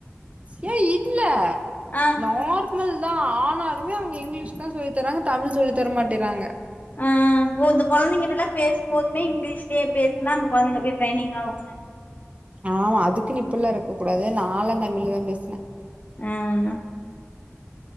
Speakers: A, on the right; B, on the left.
A: ஏ இல்ல
B: ஆ
A: நோர் நார்மல் தா ஆனாலுமே அவங்க இங்கிலீஷ் தா சொல்லி தராங்க தமிழ் சொல்லி தர மாட்டேறாங்க
B: ஆ ஓ இந்த கொழந்தைங்கிட்டல்லா பேசும்போதுமே இங்கிலீஷ்லயே பேசுனா அந்த குழந்தைங்க அப்டியே ட்ரைனிங் ஆகும்ன்னு
A: ஆமா அதுக்குன்னு இப்பில்லாம் இருக்க கூடாது நாலா தமிழ்ல தா பேசினே
B: அன்னா